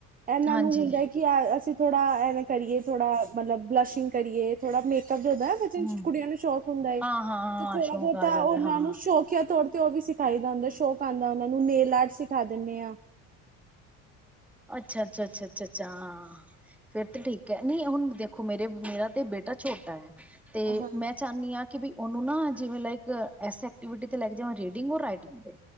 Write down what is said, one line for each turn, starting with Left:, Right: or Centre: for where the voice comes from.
Right: ਇਹਨਾਂ
Centre: ਹਾਂਜੀ
Right: ਨੂੰ ਹੁੰਦਾ ਹੈ ਕਿ ਅਸੀਂ ਥੜਾ ਇਵੇਂ ਕਰੀਏ, ਥੋੜਾ ਮਤਲਬ ਬਲੱਸ਼ਿੰਗ ਕਰੀਏ ਥੋੜਾ ਮੇਕ <unintelligible> ਜਿਨ
Centre: ਹਮ
Right: ਕੁੜੀਆਂ ਨੂੰ ਸ਼ੌਕ ਹੁੰਦਾ ਏ
Centre: ਹਾਂ ਹਾਂ
Right: ਤੇ
Centre: ਹਾਂ
Right: ਥੋੜਾ
Centre: ਸ਼ੌਕ
Right: ਬਹੁਤਾ
Centre: ਆ ਜਾਂਦਾ
Right: ਉਹਨਾਂ
Centre: ਹਾਂ ਹਾਂ
Right: ਨੂੰ ਸ਼ੋਂਕਕਿਆ ਤੋਰ ਤੇ ਤੇ ਉਹ ਵੀ ਸੀ <unintelligible> ਸ਼ੌਕ ਆਉਂਦਾ ਉਹਨਾਂ ਨੂੰ ਨੇਲ ਆਰਟ ਸਿਖਾ ਦਿੰਦੇ ਹਾਂ।
Centre: ਅੱਛਾ-ਅੱਛਾ ਅੱਛਾ ਅੱਛਾ ਅੱਛਾ ਹਾਂ ਫੇਰ ਤਾਂ ਠੀਕ ਕਹਿੰ ਨਹੀਂ ਹੁਣ ਦੇਖੋ ਮੇਰੇ ਮੇਰਾ ਤੇ ਬੇਟਾ ਛੋਟਾ ਹੈ। ਤੇ
Right: ਹਾਂ
Centre: ਮੈਂ ਚਾਂਨੀ ਹਾਂ। ਕੀ ਵੀ ਉਹਨੂੰ ਨਾ ਜਿਵੇਂ ਲਾਈਕ ਐਸੀ ਐਕਟੀਵਿਟੀ ਤੇ ਲੈ ਜਾਵਾਂ ਰੀਡਿੰਗ ਔਰ ਰਾਈਟਿੰਗ ਤੇ